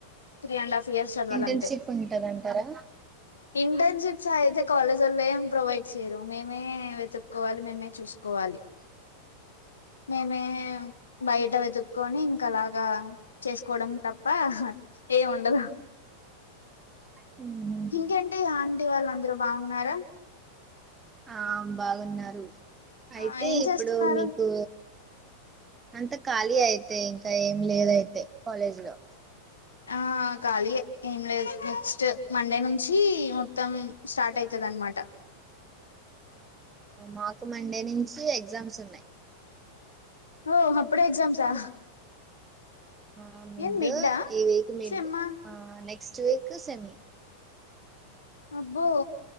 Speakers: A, on the left; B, on the right.
A: త్రీ అండ్ హాఫ్ ఇయర్స్ చదవాల
B: ఇంటర్న్షిప్
A: అంతే.
B: ఉంటదంటారా
A: ఇంటర్న్షిప్స్ అయితే కాలేజ్ వాళ్ళు ఏం ప్రొవైడ్ చేయరు మేమే వెతుక్కకోవాలి మేమే చూసు కోవాలి మేమే బయట వెతుక్కొని ఇంకా అలాగా చేసుకోవడం తప్ప ఏ ఉండదు.
B: ఊహు
A: ఇంకేంటి ఆంటీ వాళ్ళు అందరూ బాగున్నారా?
B: ఆ బాగున్నారు. అయితే
A: ఆ ఏం చేస్తున్నారు
B: ఇప్పుడు మీకు అంత ఖాళీ అయితే ఇంకా ఏం లేదయితే కాలేజ్ లో
A: ఆ ఖాళీయే ఏం లేదు నెక్స్ట్ మండే నుంచి మొత్తం స్టార్ట్ అవుతాది అన్నమాట.
B: మాకు మండే నుంచి ఎగ్జామ్స్ ఉన్నాయి.
A: ఓ! అప్పుడే ఎగ్జామ్సా
B: ఆ మిడ్
A: ఏం మిడ్డా
B: ఈ వక్ మిడ్
A: సెమ్మా
B: ఆ నెక్స్ట్ వీక్ సెమ్
A: అబ్బో